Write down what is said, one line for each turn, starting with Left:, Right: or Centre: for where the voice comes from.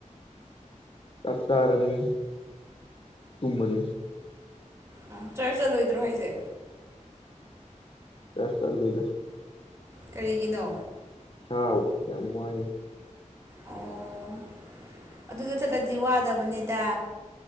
Left: ꯀꯀꯥꯔꯅꯤ ꯇꯨꯝꯃꯅꯤ
Right: ꯑ ꯆꯔꯆ ꯆꯠꯂꯣꯏꯗ꯭ꯔꯣ ꯍꯥꯏꯁꯦ
Left: ꯆꯔ ꯆꯜ ꯂꯣꯏꯗ
Right: ꯀꯔꯤꯒꯤꯅꯣ
Left: ꯏꯁ ꯌꯥꯝ ꯋꯥꯏ
Right: ꯑꯣ ꯑꯗꯨꯗ ꯆꯠꯂꯗꯤ ꯋꯥꯗꯕꯅꯤꯗ